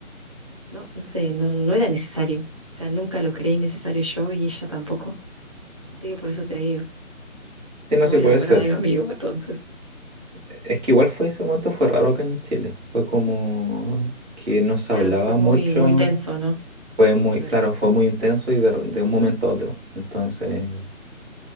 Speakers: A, on the right (about 25°); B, on the right (about 55°).
A: no, no sé, no, no era necesario. O sea, nunca lo creí necesario yo y ella tampoco. Así que por eso te digo,
B: Sí, no,
A: no
B: sí puede
A: era un
B: ser.
A: verdadero amigo. <laughs> Entonces,
B: Es que igual fue ese momento, fue raro acá en Chile. Fue como que no se
A: claro,
B: hablaba
A: fue muy,
B: mucho
A: muy tenso, ¿no?
B: Fue muy,
A: Claro.
B: claro, fue muy intenso y de, de un momento a otro. Entonces,